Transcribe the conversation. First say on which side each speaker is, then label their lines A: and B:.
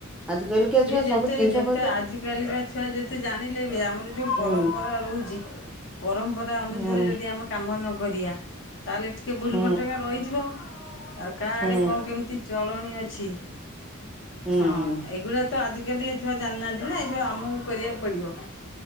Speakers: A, in the centre; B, on the left.
A: ଆଜି କାଲିକା
B: ସିଏ
A: ଛୁଆ
B: ଯେତେ
A: ସବୁ
B: ଯେତେ
A: ଜିନିଷ ପତ୍ର
B: ଆଜ କାଲିକା ଛୁଆ ଯେତେ ଜାଣିଲେ ବି, ଆମର ଯୋଉ
A: ହୁଁ
B: ପରମ୍ପରା ରହୁଛି ପରମ୍ପରା ଅନୁସାରେ
A: ହୁଁ
B: ଯଦି ଆମେ କାମ ନକରିବା। ତା ହେଲେ ଟିକିଏ ଭୁଲଭଟକା
A: ହୁଁ
B: ରହିଯିବ, ଆଉ କା ଆଡ଼େ
A: ହୁଁ
B: କଣ କେମିତି ଚଳଣି ଅଛି
A: ହୁଁ
B: ହଁ
A: ହୁଁ।
B: ଏଗୁଡ଼ା ତ ଆଜିକାଲି ଏ ଛୁଆ ଜାଣିନାହାନ୍ତି ନା, ଏସବୁ ଆମକୁ କରିବାକୁ ପଡ଼ିବ।